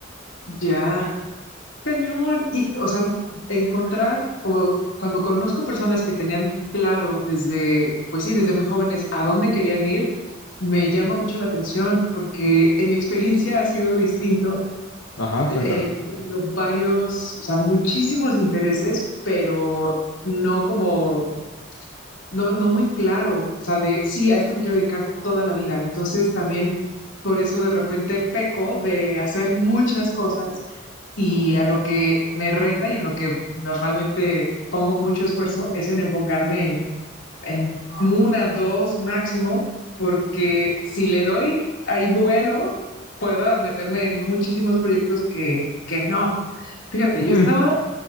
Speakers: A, on the left (about 70°); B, on the left (about 85°).
A: Ya, cañón. Y, o sea, encontrar o cuando conozco personas que tenían claro desde, pues sí, desde muy jóvenes a dónde querían ir, me llama mucho la atención porque en mi experiencia ha sido distinto.
B: Ajá,
A: He
B: cuéntame.
A: tenido varios, o sea, muchísimos intereses, pero no como no, no muy claro, o sea, de sí, a esto me quiero dedicar toda la vida. Entonces también por eso de repente peco de hacer muchas cosas y a lo que me reta y en lo que normalmente pongo mucho esfuerzo es en enfocarme en, en una, dos máximo, porque
B: Mm,
A: si le doy ahí vuelo, puedo meterme en muchísimos proyectos que, que no. Fíjate,
B: <clears throat>
A: yo estaba